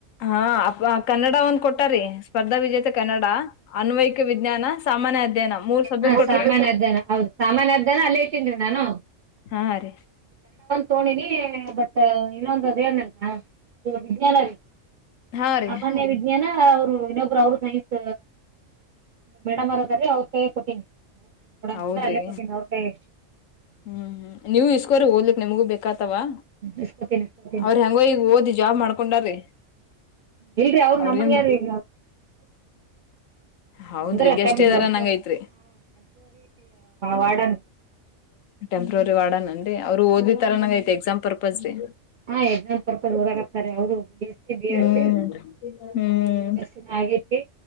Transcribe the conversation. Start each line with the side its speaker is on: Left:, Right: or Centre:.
Left: ಹಾ ಅಪಾ ಕ ನ್ನಡ ಒಂದ್ ಕೊಟ್ಟಾ ರೀ ಸ್ಪರ್ಧಾ ವಿಜೇತ ಕನ್ನಡ, ಅನ್ವಯಿಕ ವಿಜ್ಞಾನ, ಸಾಮಾನ್ಯ ಅಧ್ಯಯನ ಮೂರ್ ಸಬ್ಜೆಕ್ಟ್
Right: ಹಾ
Left: ಕೊಟ್ರಿ
Right: ಸಾಮಾನ್ಯ ಅಧ್ಯಯನ ಹೌದು ಸಾಮಾನ್ಯ ಅಧ್ಯಯನ ಅಲ್ಲೇ ಇಟ್ಟೀನ್ರೀ ನಾನು
Left: ಹಾ ರೀ
Right: ತೊಂಡೇನೀ ಬಟ್ ಇನ್ನೊಂದು ಅದ ಏನ್ ವಿಜ್ಞಾನ ರೀ
Left: ಹಾ ರೀ
Right: ಮಾನ್ಯ ವಿಜ್ಞಾನ ಅವರು ಇನ್ನೊಬ್ರ ಅವರು ಸೈನ್ಸ್ ಮೇಡಮ್ ಅವ್ರದಾರೀ ಅವ್ರ ಕೈಯಾಗ ಕೊಟ್ಟೀನಿ ಕೊಡ ಅಂತಂದ್ರ
Left: ಹೌದ್ರಿ
Right: ಅಲ್ಲೇ ಕೊಟ್ಟೀನಿ ಅವ್ರ ಕೈಯಾಗ
Left: ಹ್ಮ್ ಹ್ಮ್ ನೀವು ಇಸ್ಕೋರಿ ಓದ್ಲಿಕ್ ನಿಮ್ಗೂ ಬೇಕಾತವಾ
Right: ಇಸ್ಕೋತೀನಿ ಇಸ್ಕೋತೀನಿ
Left: ಅವ್ರ ಹೆಂಗೋ ಈಗ ಓದಿ ಜಾಬ್ ಮಾಡ್ಕೊಂಡಾರ್ರಿ
Right: ಇಲ್ರಿ ಅವ್ರು
Left: ಅವ್ರಗೇನ್
Right: ನಮಂಗ್ಯಾರೀ ಈ
Left: ಹೌದ್ರಿ
Right: ಅಂದ್ರೆ
Left: ಗೆಸ್ಟ್
Right: ಟೆಂಪ್ರವರಿ
Left: ಇದಾರ ನಂಗ ಐತ್ರಿ
Right: ವಾರ್ಡನ್
Left: ಟೆಂಪ್ರವರಿ ವಾರ್ಡನನ್ರೀ ಅವರು ಓದಿದ್ತರ ನಂಗ ಐತಿ ಎಕ್ಸಾಮ್ ಪರ್ಪಸ್ ರೀ
Right: ಹಾ ಎಕ್ಸಾಂ ಪರ್ಪಸ್ ಓದಾಕತ್ತಾರ್ರಿ ಅವರು ಬಿ ಸಿ ಬಿ
Left: ಹ್ಮ್
Right: ಎಡ್
Left: ಹ್ಮ್
Right: ಎಸ್ ಸಿ ಆಗೇತಿ